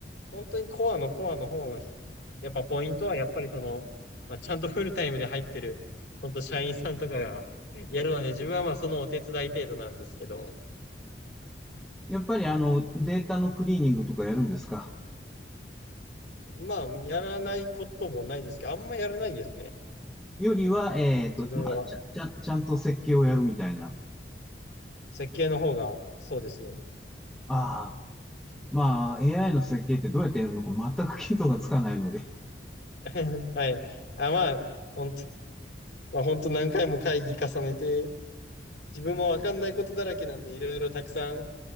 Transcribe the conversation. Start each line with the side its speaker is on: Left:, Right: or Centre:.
Left: 本当にコアのコアの方の、やっぱポイントはやっぱりその、まあ、ちゃんとフルタイムで入ってる、本当社員さんとかがやるので、自分はまあそのお手伝い程度なんですけど、
Centre: <laughs> やっぱりあの、データのクリーニングとかやるんですか
Left: まあやらないこともないですけど、あんまやらないですね。
Centre: よりは、えっと、
Left: 自分は
Centre: まあ、ちゃちゃちゃんと設計をやるみたいな。
Left: 設計の方が、そうですね。
Centre: ああ、まあ AI の設計ってどうやってやるのか全く見当がつかないので。<laughs>
Left: <laughs> はい。あ、まあ、本当、まあ本当何回も会議重ねて、自分もわかんないことだらけなんで、いろいろたくさん、